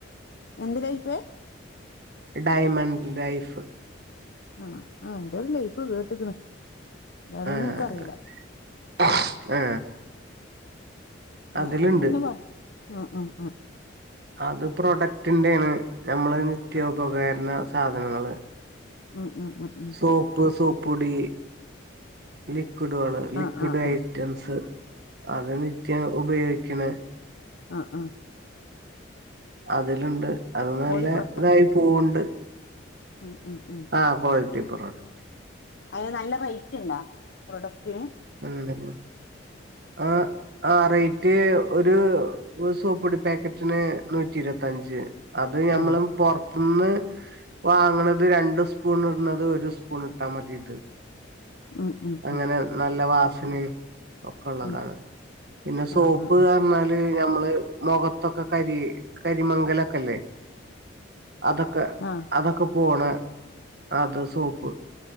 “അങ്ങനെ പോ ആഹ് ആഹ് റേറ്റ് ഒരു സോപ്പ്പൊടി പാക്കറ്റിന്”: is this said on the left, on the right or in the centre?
Right